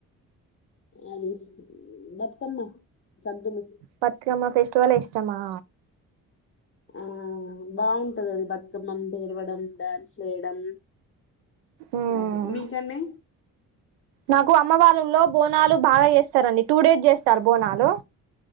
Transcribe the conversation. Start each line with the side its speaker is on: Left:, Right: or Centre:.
Left: అది బతుకమ్మ సద్దులు
Right: బతుకమ్మ ఫెస్టివల్ ఇష్టమా
Left: ఆ బాగుంటది అది బతుకమ్మం పేరవడం డ్యాన్స్ ఏయడం
Right: మ్మ్
Left: అదే మీకండి
Right: నాకు అమ్మ వార్లలో బోనాలు బాగా చేస్తారండి టూ డేస్ చేస్తారు బోనాలు